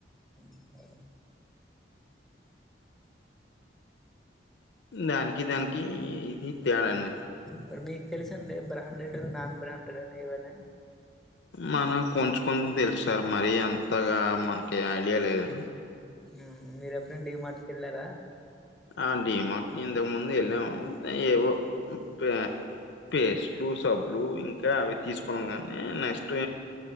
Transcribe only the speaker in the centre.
ఉమ్మ్
మరి మీక్ తెలుసండి బ్రాండెడ్ నాన్ బ్రాండెడ్ అని ఏవని
ఉమ్ మీరెప్పుడన్న డీమార్ట్ కెల్లారా